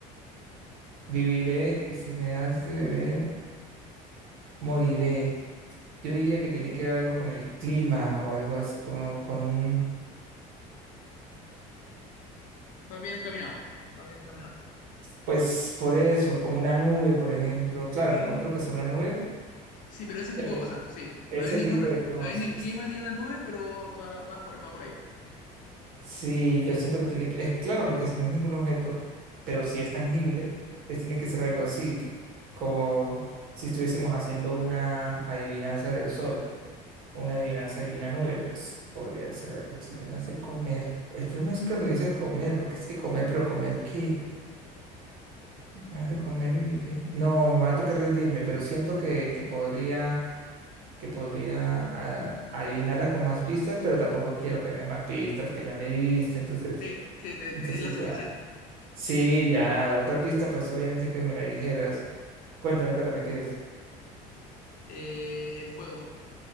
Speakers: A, on the right; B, on the left.
A: viviré y si me das de beber, moriré. Yo diría que tiene que ver algo con el clima o algo así, como con un...
B: Va bien encaminado, va bien encaminado.
A: Pues por eso, como una nube, por ejemplo. Claro, no creo que sea una nube,
B: Sí, pero ese tipo
A: pero
B: de cosas, sí. No
A: ese
B: hay ninguna,
A: tipo de cosas.
B: no hay ni el clima ni una nube, pero va, va por, va por ahí.
A: Sí, yo siento que tiene que, es claro, porque si no es ningún objeto, pero sí es tangible, entonces tiene que ser algo así, como si estuviésemos haciendo una adivinanza del sol, o una adivinanza de una nube, pues podría ser algo Si me das de comer. El problema es cuando dices comer, porque es que comer, pero comer qué? Me das de comer, viviré. No, me va a tocar rendirme, pero siento que, que podría que podría ah, adivinarla con más pistas, pero tampoco quiero que me dé más pistas porque ya me diste, entonces,
B: Sí, sí, te,
A: entonces
B: te di la suficiente.
A: ya. Sí, ya otra pista, pues obviamente que me la dijeras. Cuéntame, cuéntame qué es.
B: Eh, el fuego.